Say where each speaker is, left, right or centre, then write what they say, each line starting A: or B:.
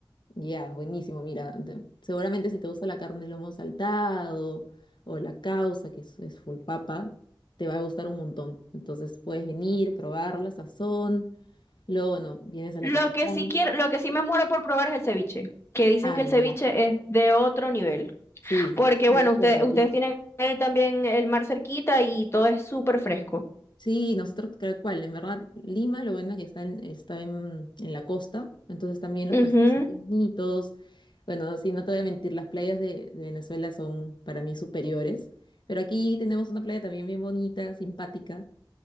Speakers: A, on the left; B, on the left.
A: Ya, buenísimo. Mira, te- seguramente si te gusta la carne, el lomo saltado o la causa, que es, es full papa, te va a gustar un montón. Entonces puedes venir, probar la sazón. Luego, bueno, vienes a la
B: Lo
A: capital.
B: que sí quiero, lo que sí me muero por probar es el ceviche, que dicen
A: Ah,
B: que
A: ya.
B: el ceviche es de otro nivel,
A: Sí,
B: porque
A: ya
B: bueno,
A: otro
B: ustedes,
A: nivel.
B: ustedes tienen el- también el mar cerquita y todo es súper fresco.
A: Sí, nosotros tal cual, en verdad, Lima, lo bueno que está en, está en, en la costa, entonces también los
B: Ujú.
A: paisajes son bonitos. Bueno, sí, no te voy a mentir, las playas de, de Venezuela son para mí superiores, pero aquí tenemos una playa también bien bonita, simpática,